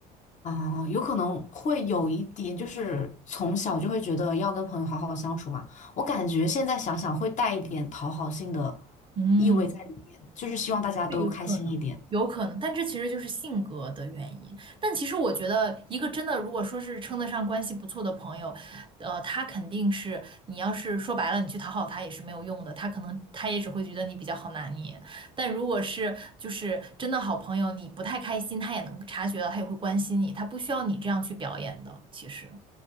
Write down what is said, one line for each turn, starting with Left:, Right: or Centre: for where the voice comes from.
Left: 啊、有可能会有一点，就是从小就会觉得要跟朋友好好相处嘛。我感觉现在想想会带一点讨好性的
Right: 嗯，
Left: 意味在里面，就是希望大家都开心一点。
Right: 对，有可能。有可能，但这其实就是性格的原因。但其实我觉得，一个真的如果说是称得上关系不错的朋友，呃，他肯定是你要是说白了，你去讨好他也是没有用的，他可能他也只会觉得你比较好拿捏。但如果是就是真的好朋友，你不太开心，他也能察觉到，他也会关心你，他不需要你这样去表演的。其实，